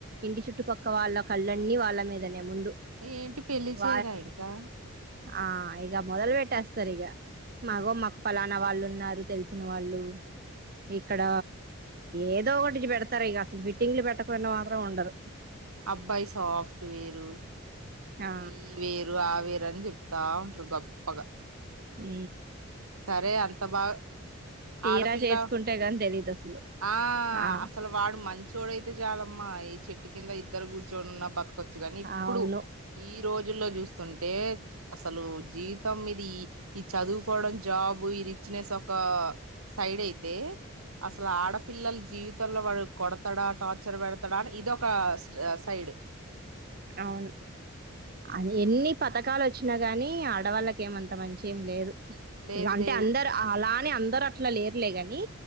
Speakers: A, on the right; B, on the right.
A: ఇంటి చుట్టుపక్క వాళ్ళ కళ్ళన్ని వాళ్ళ మీదనె ఏ ముందు
B: ఏంటి పెళ్లి
A: వ
B: చేయరా ఇంకా
A: ఆ ఇగ మొదల్ ట్టేస్తారు ఇగ మాగో మాకు పలాన వాళ్ళు ఉన్నారు తెలిసిన వాళ్ళు ఇక్కడ ఏదో ఒకటి పెడతారు ఇగ అసలు ఫిట్టింగ్లు పెట్టకుండా మాత్రం ఉండరు
B: అబ్బాయి సాఫ్ట్ వేరు
A: ఆ
B: ఈ వేరు ఆ వేర్ రని చెప్తా ఉంటురు గొప్పగా
A: ఉ
B: సరే అంత బాగా
A: తీరా
B: ఆడపిల్ల
A: చేసుకుంటే గాని తెలీదు అసలు
B: ఆ
A: ఆ
B: అసలు వాడు మం చోడయితే చాలమ్మా ఈ చెట్టు కింద ఇద్దరు కూర్చోనున్న బతు కచ్చు కానీ ఇప్పుడు
A: అవును
B: ఈ రోజుల్లో చూస్తుంటే అసలు జీవితం మీది ఈ చదువుకోవడం జాబు ఈ రిచ్నెస్ ఒక సైడ్ అయితే అసలు ఆడపిల్లల జీవితంలో వాడు కొడతాడా టార్చర్ పెడతాడా అని ఇదొ ఒక సైడు
A: అవును
B: వామ్మో
A: అది ఎన్ని పథకాలు వచ్చినా కాని ఆడవాళ్ళకి ఏమంత మంచి ఏం లేదు
B: లేదు
A: ఇగ అంటే
B: లేదు
A: అందరు అలా నే అందరు అట్లా లేర్లే కని